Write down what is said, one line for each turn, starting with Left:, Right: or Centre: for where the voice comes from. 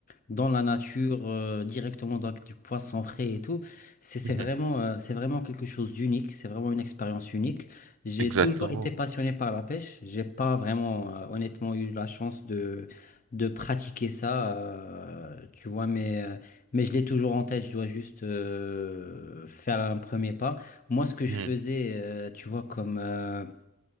Left: dans la nature, euh, directement dans- avec du poisson frais et tout. C'est c'est
Right: Mhm.
Left: vraiment, euh, c'est vraiment quelque chose d'unique, c'est vraiment une expérience unique. J'ai
Right: Exactement.
Left: toujours été passionné par la pêche. J'ai pas vraiment, euh, honnêtement, eu la chance de, de pratiquer ça, euh, tu vois, mais, euh, mais je l'ai toujours en tête. Je dois juste euh, faire un premier pas. Moi, ce que je
Right: Mhm.
Left: faisais, euh, tu vois, comme, euh,